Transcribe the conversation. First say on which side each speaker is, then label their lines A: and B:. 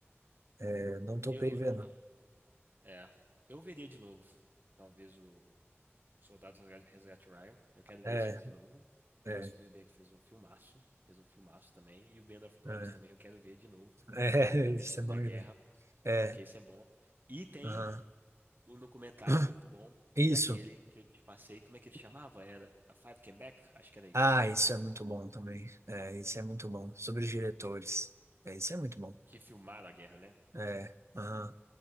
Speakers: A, on the right; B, on the right.
A: é, não topei
B: Eu,
A: ver,
B: é,
A: não.
B: é, eu veria de novo, talvez o Soldados Resgate Resgate Ryan. Eu quero
A: É,
B: ver esse filme de novo,
A: é,
B: que o Spielberg fez um filmaço, fez um filmaço também, e o Band of Brothers
A: é,
B: também eu quero ver de novo,
A: <laughs> é,
B: para
A: isso
B: ver sobre
A: é bom
B: a guerra,
A: de ver. É,
B: porque isso é bom. E tem
A: aham.
B: um documentário
A: <clears throat>
B: muito bom, e
A: Isso.
B: aquele que eu te passei, como é que ele chamava? Era A Five Came Back? Acho que era isso.
A: Ah, isso é muito bom também. É, isso é muito bom. Sobre os diretores. É, isso é muito bom.
B: Que filmaram a guerra, né?
A: É, aham.